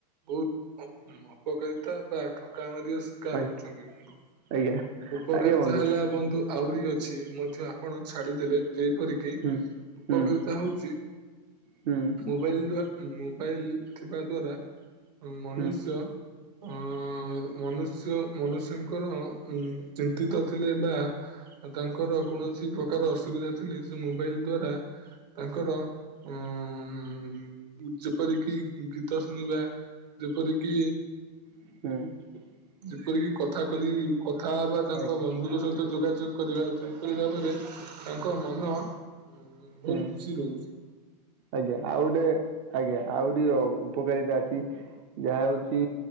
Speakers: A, on the right; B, on the right.
A: ବହୁତଅପ ଅପକାରିତା ବା ଠ କାମି ମଧ୍ୟ ଶିକାର
B: ଆଜ୍ଞା
A: ହଉଚନ୍ତି କିନ୍ତୁ
B: ଆଜ୍ଞା
A: ଉପକାରିତା
B: ଆଜ୍ଞା ବନ୍ଧୁ
A: ହେଲା
B: ହୁଁ।
A: ବନ୍ଧୁ ଆହୁରି ଅଛି ମଧ୍ୟ ଆପଣ ଛାଡିଦେଲେ। ଯେପରିକି
B: ହୁଁ
A: ଉପକାରିତା
B: ହୁଁ
A: ହଉଛି
B: ହୁଁ
A: ମୋବାଇଲ ଦ୍ୱା ମୋବାଇଲ ଥିବା ଦ୍ଵାରା ମନୁଷ୍ୟ
B: ହୁଁ
A: ଅ-ଅ-ଅ ମନୁଷ୍ୟ ନୁଷ୍ୟଙ୍କର ଉ ଚିନ୍ତିତ ଥିଲେ ବା ତାଙ୍କର କୌଣସି ପ୍ର ପ୍ରକାର ଅସୁବିଧା ଥିଲେ ସେ ମୋବାଇଲ ଦ୍ଵାରା ତାଙ୍କର ଉଁ-ଉ-ଉ-ଉମ୍-ମ୍ ଯେପରିକି ଗି ଗୀତ ଶୁଣିବା ଯେପରିକି
B: ହୁଁ।
A: କରିକି କଥା କରି କଥା ହେବା ତାଙ୍କ
B: ଆଜ୍ଞା
A: ବନ୍ଧୁଙ୍କ ସହିତ ଯୋଗାଯୋଗ କରିବା ସେଇପରି ଭାବରେ ତାଙ୍କ ମନ ଉ-ଉ ବହୁତ
B: ହୁଁ।
A: ଖୁସି ରହୁଚି।
B: ଆଜ୍ଞା, ଆଉ ଗୋଟେ ଆଜ୍ଞା ଆହୁରି ଉପକାରିତା ଅଛି ଯାହା ହଉଚି